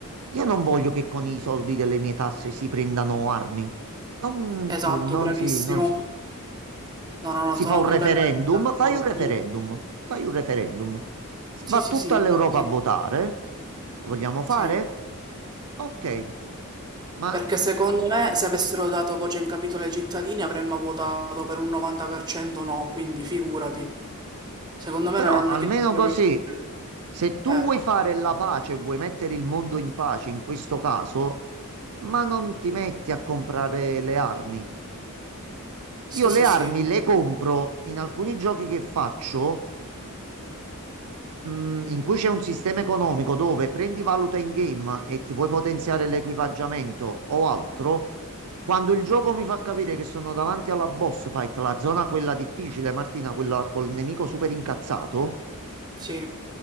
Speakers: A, on the right (about 75°); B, on the right (about 20°).
A: Io non voglio che con i soldi delle mie tasse si prendano armi. Non,
B: esatto,
A: non
B: bravissimo.
A: si, non si fa
B: No, no, no,
A: si
B: sono
A: fa un
B: completamente
A: referendum,
B: d'accordo.
A: fai un referendum, fai un referendum.
B: Sì,
A: Va
B: sì,
A: tutta
B: sì, infatti.
A: l'Europa a votare. Lo vogliamo fare?
B: Sì,
A: Ok, ma
B: perché secondo me se avessero dato voce in capitolo ai cittadini avremmo votato per un 90% no, quindi figurati. Secondo me
A: però
B: non hanno
A: almeno
B: chiesto proprio
A: così,
B: per quello.
A: se tu
B: Eh,
A: vuoi fare la pace, vuoi mettere il mondo in pace in questo caso, ma non ti metti a comprare le armi.
B: sì,
A: Io le
B: sì,
A: armi
B: sì, no.
A: le compro in alcuni giochi che faccio mm, in cui c'è un sistema economico dove prendi valuta in game e ti puoi potenziare l'equipaggiamento o altro, quando il gioco mi fa capire che sono davanti alla boss fight, la zona quella difficile, Martina, quella col nemico super incazzato,
B: Sì,